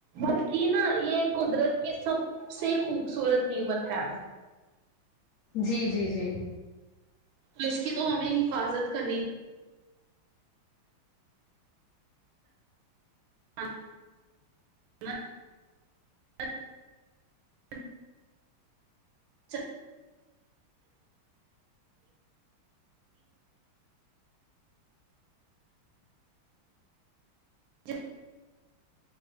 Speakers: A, on the right; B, on the left.
A: بلکہ نا یہ قدرت کی سب سے خوبصورت نعمت ہے
B: جی جی جی
A: پ اس کی تو ہمیں حفاظت کرنی <inaudible> چاہیے جس